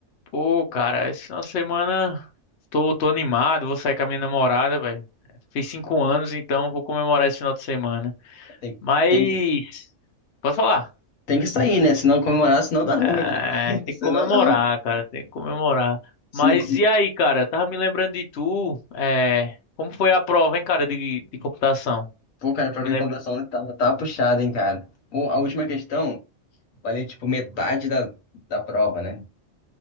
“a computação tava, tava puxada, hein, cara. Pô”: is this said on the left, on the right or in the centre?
Left